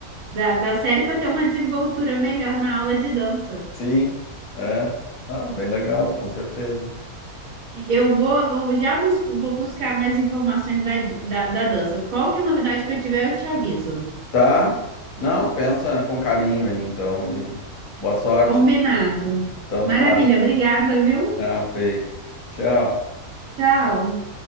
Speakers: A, on the right (about 65°); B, on the left (about 70°).
A: da, da série para ter uma desenvoltura melhor na aula de dança.
B: sim. É. Não, bem legal, com certeza.
A: Eu vou, vou já bus vou buscar mais informações da, da, da dança. Qualquer novidade que eu tiver, eu te aviso.
B: Tá? Não, pensa com carinho aí, então, e boa sorte.
A: Combinado.
B: né. Então
A: Maravilha,
B: tá,
A: obrigada, viu?
B: tá feito. Tchau.
A: Tchau.